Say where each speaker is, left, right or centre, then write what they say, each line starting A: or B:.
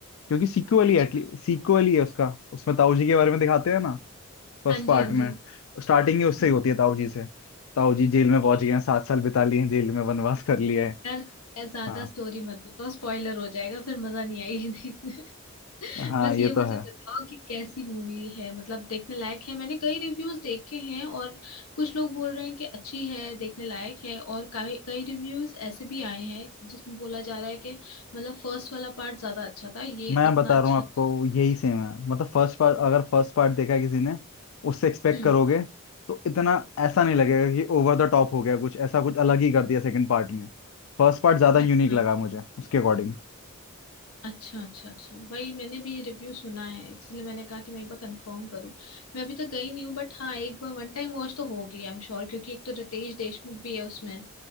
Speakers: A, on the left (about 65°); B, on the left (about 85°).
A: क्योंकि सीक्वल
B: अच्छा
A: ही एटली सीक्वल ही है उसका उसमें ताऊ जी के बारे में दिखाते हैं ना फर्स्ट
B: हाँ
A: पार्ट
B: जी हाँ
A: में
B: जी
A: स्टार्टिंग ही उससे
B: हम्म।
A: ही होती है ताऊ जी से ताऊ जी जेल में पहुंच गए हैं सात साल बिता लिए हैं जेल में वनवास कर लिए हैं
B: यार यार ज्यादा
A: हाँ
B: स्टोरी मत बताओ स्पॉइलर हो जाएगा फिर मजा नहीं आएगी देखने में।
A: हाँ
B: <laughs> बस
A: ये
B: ये
A: तो
B: मुझे
A: है
B: बताओ कि कैसी मूवी है मतलब देखने लायक है मैंने कई रिव्यूज देखे हैं और कुछ लोग बोल रहे हैं कि अच्छी है देखने लायक है और कई कई रिव्यूज ऐसे भी आए हैं जिसमें बोला जा रहा है कि मतलब फर्स्ट वाला पार्ट ज्यादा अच्छा था ये
A: मैं
B: उतना
A: बता
B: अच्छा
A: रहा हूँ आपको यही सेम है मतलब फर्स्ट पार्ट अगर फर्स्ट पार्ट देखा है किसी ने उससे एक्सपेक्ट
B: हम्म
A: करोगे तो इतना ऐसा नहीं लगेगा कि ओवर द टॉप हो गया कुछ ऐसा कुछ अलग ही कर दिया सेकंड पार्ट में फर्स्ट पार्ट ज्यादा
B: अच्छा
A: यूनिक लगा मुझे उसके अकॉर्डिंग
B: अच्छा अच्छा अच्छा वही मैंने भी ये रिव्यू सुना है इसलिए मैंने कहा कि मैं एक बार कंफर्म करूं मैं अभी तक गई नहीं हूँ बट हाँ एक बार वन टाइम वॉच तो होगी आई एम श्योर क्योंकि एक तो रितेश देशमुख भी है उसमें